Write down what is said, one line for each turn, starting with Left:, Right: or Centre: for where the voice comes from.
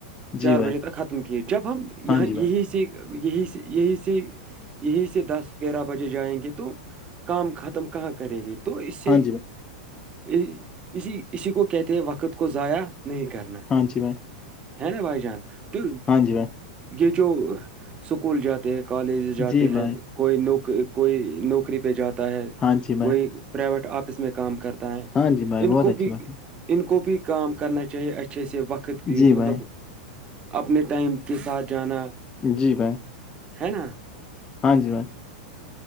Left: جی
Right: چار
Left: بھائی
Right: بجے تک ختم کیے جب ہم
Left: ہاں
Right: یہاں
Left: جی
Right: یہی
Left: بھائی
Right: سے یہی سے یہی سے یہیں سے دس گیارہ بجے جائیں گے تو کام ختم کہاں کریں گے تو اس سے
Left: ہاں جی بھائی
Right: اسی اسی کو کہتے وقت کو ضائع نہیں کرتے
Left: ہاں جی میں
Right: ہے نا بھائی جان تو
Left: جی بھائی
Right: یہ جو سکول جاتے کالج جاتے
Left: جی بھائی
Right: ہیں کوئی نوک کوئی نوکری پہ جاتا ہے
Left: ہاں جی بھائی
Right: کوئی پرائیویٹ آفس میں کام کرتا ہے
Left: ہاں جی بھائی
Right: ان
Left: بہت
Right: کو
Left: اچھی
Right: بھی
Left: بات ہے
Right: ان کو بھی کام کرنا چاہیے اچھے سے وقت کی
Left: جی بھائی
Right: مطلب اپنے ٹائم کے ساتھ جانا
Left: جی بھائی
Right: ہے نا
Left: ہاں جی میم